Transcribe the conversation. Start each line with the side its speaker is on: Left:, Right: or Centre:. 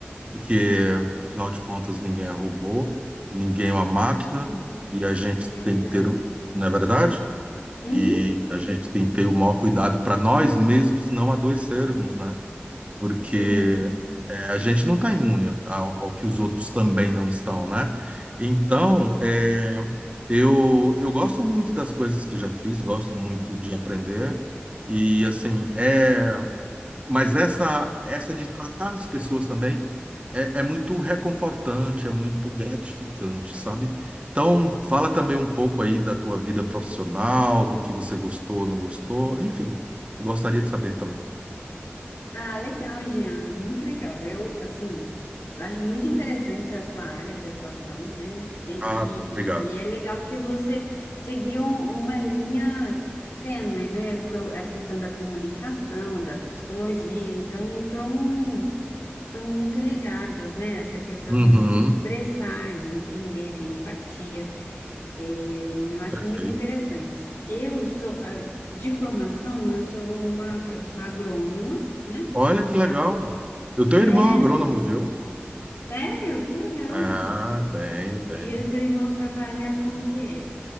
Right: porque, afinal de contas, ninguém é robô, ninguém é uma máquina,
Left: <laughs>
Right: e a gente
Left: Verdade.
Right: tem que ter, o- não é verdade?
Left: Uhum,
Right: E a gente tem que ter o maior cuidado para nós mesmos não adoecermos, né? Porque
Left: sim.
Right: é, a gente não está imune ao, ao que os outros também não estão, né? Então, é, eu, eu gosto muito das coisas que já fiz, gosto muito de aprender, e assim, é. Mas essa, essa de tratar as pessoas também é, é muito reconfortante, é muito gratificante, sabe? Então, fala também um pouco aí da tua vida profissional, do que você gostou, não gostou, enfim, eu gostaria de saber também.
Left: Ah, legal, Jean. Muito legal. Eu, assim, eu acho muito interessante a sua área de atuação, né? De- e,
Right: Ah, obrigado.
Left: e- e é legal porque você seguiu um, uma linha tênue, né? Com A questão da comunicação, da psicologia. Então, tão tão muito ligados, né? Essa questão
Right: Uhum,
Left: de se expressar, de entender, ter empatia. É, eu acho
Right: perfeito.
Left: muito interessante. Eu sou, a- de formação, eu sou uma, eu sou agrônoma, né?
Right: Olha que legal.
Left: Tra-
Right: Eu tenho um
Left: É,
Right: irmão agrônomo, viu?
Left: sério? Que legal.
Right: Ah, tenho, tenho.
Left: E o seu irmão trabalha com o quê?